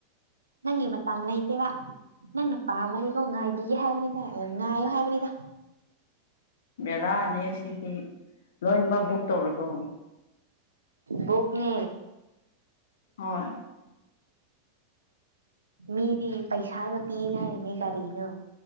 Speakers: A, on the right (about 80°); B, on the left (about 60°).
A: ꯅꯪꯒꯤ ꯃꯇꯝ ꯂꯩꯇꯦꯕ ꯅꯪꯅ ꯄꯥꯝꯃꯅꯤꯀꯣ ꯉꯥꯏꯕꯤꯒꯦ ꯍꯥꯏꯕꯅꯤꯗ ꯉꯥꯏꯌꯣ ꯍꯥꯏꯕꯅꯤꯗ
B: ꯕꯦꯔꯥꯅꯦ ꯁꯤꯗꯤ ꯂꯣꯏꯅꯃꯛ ꯕꯨꯛ ꯇꯧꯔꯕꯣ
A: ꯕꯨꯛꯅꯦ
B: ꯍꯣꯏ
A: ꯃꯤꯗꯤ ꯄꯩꯁꯥꯒ ꯄꯤꯅ ꯍꯥꯏꯅꯦ ꯀꯔꯤꯅꯣ